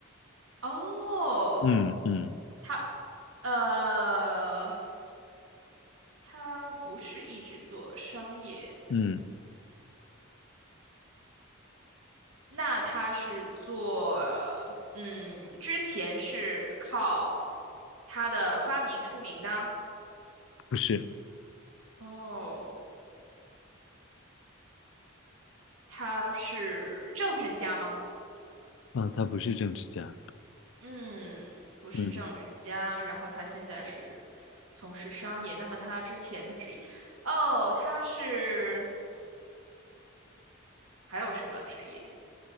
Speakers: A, on the right; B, on the left.
A: 哦，
B: 嗯嗯
A: 他呃，他不是一直做商业，
B: 嗯，
A: 那他是做，嗯，之前是靠他的发明出名的。
B: 不是。
A: 哦，他是政治家吗？
B: 啊，他不是政治家，
A: 嗯，不是政治家，
B: 嗯
A: 然后他现在是从事商业。那么他之前的职业，哦，他是还有什么职业？